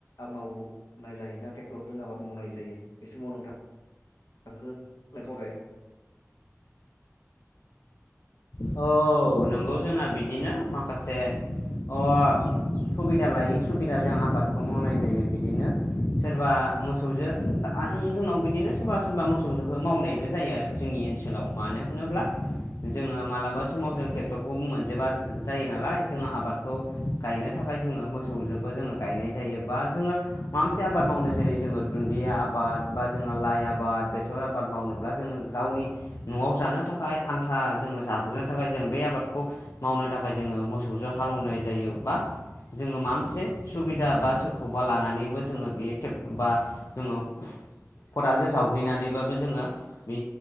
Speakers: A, on the left; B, on the left.
A: आबाद मावनाय जायो ना ट्रेक्टरजों आबाद मावनाय जायो बे समाव नोंथां <inaudible>
B: औ नोंगौ जोंना बिदिनो माखासे अ सुबिदा लायै सुबिदा जों आबाद खौ मावनाय जायो बिदिनो सोरबा मोसौजो दा आं जोंनाव बिदिनो सोरबा सोरबा मोसौ जोहो मावनायबो जायो जोंनि ओनसोलाव मानो होनोब्ला जोङो मालाबा समाव जों टेक्टरखौ मोनजोबा जायो नालाय जोङो आबादखौ गायनो थाखाय जोङो मोसौजोंबो जोङो गायनाय जायो बा जोङो माबा मोनसे आबाद मावनो जेरै जोङो दुन्दिया आबाद बा जोङो लाइ आबाद बेसर आबाद मावनोब्ला जोङो गावनि न'आव जानो थाखाय आन्था जोङो जाग्रोनो थाखाय जों बे आबादखौ मावनो थाखाय जोङो मोसौजों हालेवनाय जायो बा जोङो माबा मोनसे सुबिदा बा सोरखौबा लानानैबो जोङो बेे टेक बा जोङो खदालजों जावग्लिनानैबाबो जोङो बे